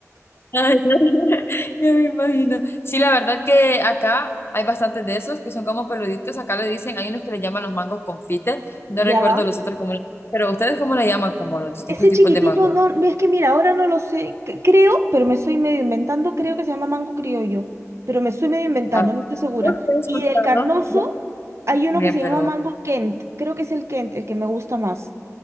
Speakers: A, on the left; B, on the right.
A: Ay, <laughs> Ya me imagino. Sí, la verdad que acá hay bastantes de esos que son como peluditos. Acá le dicen, hay unos que le llaman los mangos confites. No
B: Ya.
A: recuerdo los otros cómo le- Pero ustedes cómo le llaman como los distintos
B: Ese
A: tipos
B: chiquitito,
A: de mangos.
B: no, es que mira, ahora no lo sé, c- creo, pero me estoy medio inventando, creo que se llama mango criollo, pero me estoy medio inventando,
A: Ah,
B: no estoy segura.
A: No te he escuchado.
B: Y del carnoso
A: Yo
B: hay
A: también,
B: uno que se llama
A: pero.
B: mango Kent, creo que es el Kent, el que me gusta más.